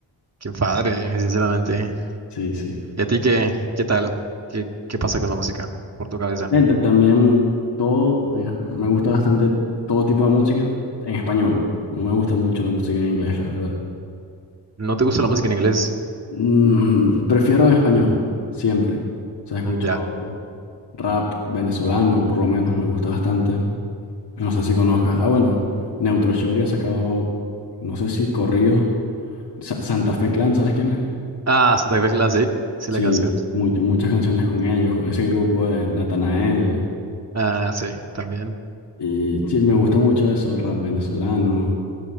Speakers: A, on the right; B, on the left.
A: Qué padre, sinceramente.
B: sí, sí.
A: ¿Y a ti qué, qué tal? ¿Qué, qué pasa con la música por tu cabeza?
B: Eh, ta- También todo, eh, me gusta bastante todo tipo de música en español. No me gusta mucho la música en inglés, la verdad.
A: ¿No te gusta la música en inglés?
B: Mm, prefiero en español, siempre. O sea, escucho
A: Mm, Ya.
B: rap venezolano, por lo menos, me gusta bastante. No sé si conozcas. Ah, bueno, Neutro Shorty ha sacado, no sé si corridos. Sa- Santa Fe Clan, ¿sabes quién es?
A: Ah, Santa Fe Clan, sí, sí
B: Sí,
A: la conozco.
B: mu- muchas canciones con ellos, con ese grupo de Natanael.
A: Ah, sí, también.
B: Y sí, me gusta mucho eso, rap venezolano,